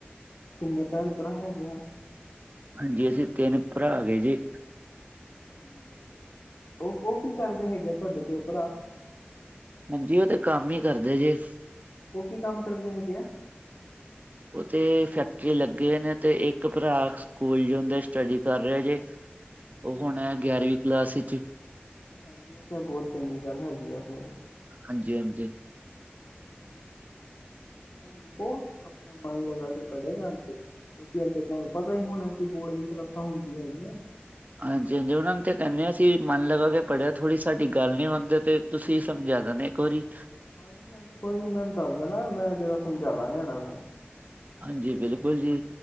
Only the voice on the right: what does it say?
ਹਾਂਜੀ, ਅਸੀਂ ਤਿੰਨ ਭਰਾ ਹੈਗੇ ਜੇ।
ਹਾਂਜੀ, ਉਹ ਤੇ ਕੰਮ ਹੀ ਕਰਦੇ ਜੇ।
ਉਥੇ ਫੈਕਟਰੀ ਲੱਗੇ ਨੇ ਤੇ ਇੱਕ ਭਰਾ ਸਕੂਲ ਜਉਦਾ ਸਟੱਡੀ ਕਰ ਰਿਹਾ ਹਜੇ। ਉਹ
ਹੁਣ ਗਿਆਰਵੀਂ
ਕਲਾਸ ਵਿੱਚ।
ਹਾਂਜੀ- ਹਾਂਜੀ।
ਹਾਂਜੀ- ਹਾਂਜੀ ਉਹਨਾ ਨੂੰ ਤੇ ਕਹਿੰਦੇ ਹ ਅਸੀਂ ਮਨ ਲਗਾ ਕੇ ਪੜਿਆ ਥੋੜੀ ਸਾਡੀ ਗੱਲ ਨੀ ਮੰਣਦੇ ਤੇ। ਤੁਸੀਂ ਸਮਝਾ ਦੇਣਾ ਇੱਕ ਵਾਰੀ।
ਹਾਂਜੀ ਬਿਲਕੁਲ ਜੀ,